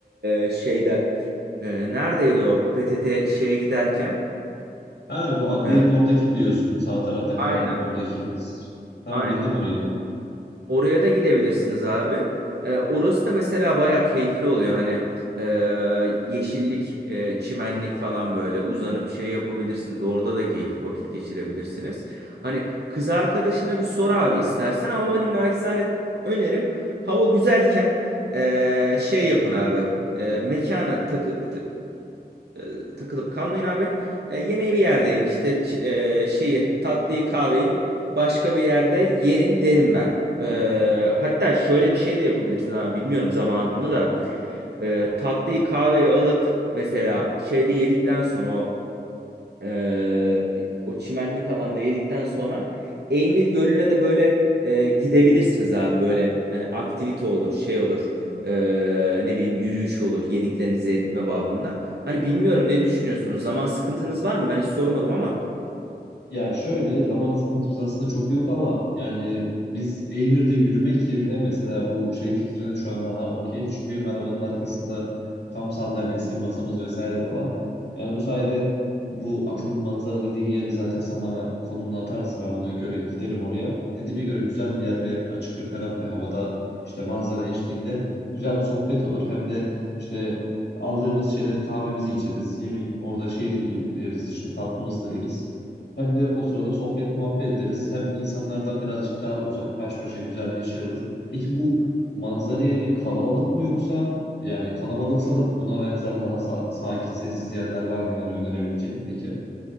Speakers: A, on the right (about 70°); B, on the left (about 80°).
A: e, şeyde. E, neredeydi o PTT şeye giderken?
B: Ha bu adliyenin
A: E,
B: oradakini diyorsun. Sağ tarafta
A: aynen
B: kalan oradaki. Tamam
A: aynen.
B: bildim orayı.
A: Oraya da gidebilirsiniz abi. Ee, orası da mesela bayağı keyifli oluyor. Hani e, yeşillik, e, çimenlik falan böyle uzanıp şey yapabilirsiniz. Orada da keyifli vakit geçirebilirsiniz. Hani kız arkadaşına bir sor abi istersen ama benim naçizane önerim hava güzelken e, şey yapın abi. E, mekana takı, e, takılıp kalmayın abi. E, yemeği bir yerde yiyin. İşte ç- e, şeyi, tatlıyı, kahveyi başka bir yerde yerin derim ben. E, hatta şöyle bir şey de yapabilirsin abi. Bilmiyorum zamanını da. E, tatlıyı, kahveyi alıp mesela şeyde yedikten sonra o ee, o çimenlik alanda yedikten sonra Eymir Gölü'ne de böyle e, gidebilirsiniz abi böyle hani aktivite olur şey olur Ee, ne bileyim yürüyüş olur yediklerinizi eritme babında. Hani bilmiyorum ne düşünüyorsunuz zaman sıkıntınız var mı ben hiç sormadım ama.
B: Ya şöyle zaman sıkıntımız aslında çok yok ama yani biz Eymir'de yürümek yerine mesela bu şey fikrine şu an daha okeyiz. Çünkü benim arabanın arkasında kamp sandalyesi, masamız vesaire de var. Yani bu sayede bu atılım manzara dediğin yeri zaten sen bana konumunu atarsın ben ona göre giderim oraya. Dediğine göre güzel bir yer ve açık ve ferah bir havada işte manzara eşliğinde güzel bir sohbet olur. Hem de işte aldığımız şeyleri kahvemizi içeriz. Yemi orada şey de yeriz işte tatlımızı da yeriz. Hem de o sırada sohbet muhabbet ederiz. Hem insanlardan birazcık daha uzak, baş başa güzel bir şey olur. Peki bu manzara yeri kalabalık mı yoksa yani kalabalıksa da buna benzer daha sa- sakin, sessiz yerler var mı yani önerebileceğin? Peki.